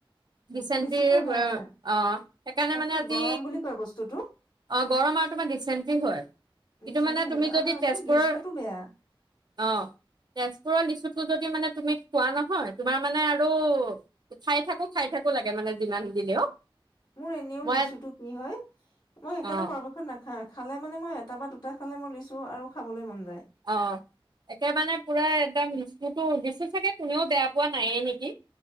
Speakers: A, on the right; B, on the left.
A: ডিচেণ্টি
B: অ', বেছি খোৱা বেয়া
A: অ', সেইকাৰণে
B: আৰু
A: মানে
B: খোৱা
A: আজি
B: গৰম বুলি কয় বস্তুটো
A: অ', গৰম আৰু তোমাৰ ডিচেণ্টি হয়।
B: ডিচেণ্ট্ৰি
A: মানে
B: হয়
A: তুমি
B: ন
A: যদি
B: অ', নহয়
A: তেজপুৰৰ
B: কিন্তু গেছতো বেয়া
A: অ', তেজপুৰৰ লিচু যদি মানে তুমি খোৱা নহয়, তোমাৰ মানে আৰু খাই থাকো খাই থাকো লাগে যিমান দিলেও
B: মোৰ এনেও
A: মই
B: লিচুটো কি হয়, মই সেইকাৰণে
A: অ
B: পৰাপক্ষত না খালে মানে মই এটা বা দুটা খালে মোৰ লিচু আৰু খাবলৈ মন যায়।
A: অ', একে মানে পুৰা একদম লিচুতো লিচু চাগে কোনেও বেয়া পোৱা নায়েই নেকি?